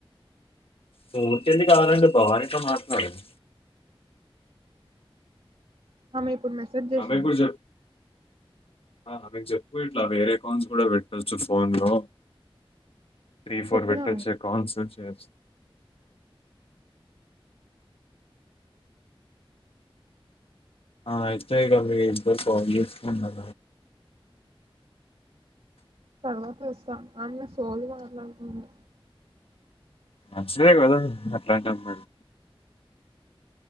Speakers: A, on the left; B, on the right.
A: మూర్తి అది కావాల భవానితో మాట్లాడు
B: ఆమె ఇప్పుడు మెసేజ్ చేసింది
A: ఆమె కూడా చెప్పు ఆ మీకు చెప్పు ఇట్లా వేరే కాన్స్ కూడా పెట్టొచ్చు ఫోన్ లో త్రీ ఫోర్
B: చెప్పినా
A: పెట్టొచ్చే కాన్సల్ చేయేచ్చు ఆ ఇతే క ఇబ కాాలస్కున్న
B: తలనొప్పిలేస్తాంది ఆమె సోలు మాట్లాడుతుంది
A: మంచిలే కదా అట్లాంటే అమ